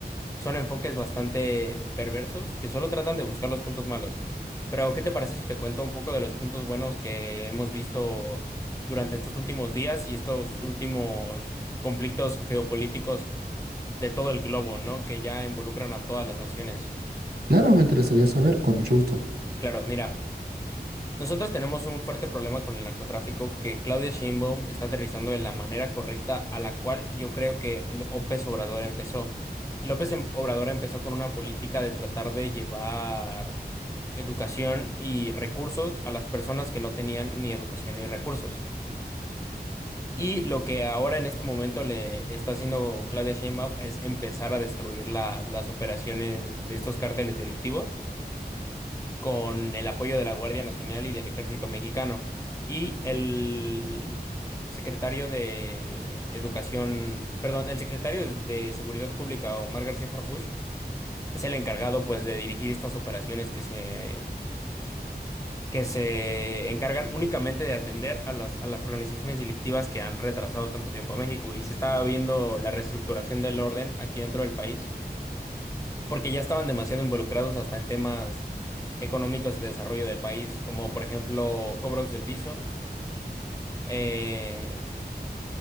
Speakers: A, on the left (about 20°); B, on the right (about 75°).
A: Son enfoques bastante perversos que solo tratan de buscar los puntos malos. Pero, ¿qué te parece si te cuento un poco de los puntos buenos que hemos visto durante estos últimos días y estos últimos conflictos geopolíticos de todo el globo, ¿no? Que ya involucran a todas las naciones.
B: Claro, me interesaría saber, con mucho gusto.
A: Claro, mira. Nosotros tenemos un fuerte problema con el narcotráfico que Claudia Sheinbaum está aterrizando de la manera correcta a la cual yo creo que López Obrador empezó. López em- Obrador empezó con una política de tratar de llevar educación y recursos a las personas que no tenían ni educación ni recursos. Y lo que ahora en este momento le está haciendo Claudia Sheinbaum es empezar a destruir la- las operaciones de estos cárteles delictivos con el apoyo de la Guardia Nacional y del Ejército Mexicano. Y el secretario de Educación, perdón, el secretario de Seguridad Pública, Omar García Harfuch, es el encargado pues de dirigir estas operaciones que se, que se encargan únicamente de atender a las, a las organizaciones delictivas que han retrasado tanto tiempo a México. Y se estaba viendo la reestructuración del orden aquí dentro del país porque ya estaban demasiado involucrados hasta en temas económicos de desarrollo del país, como por ejemplo cobros de piso, eh,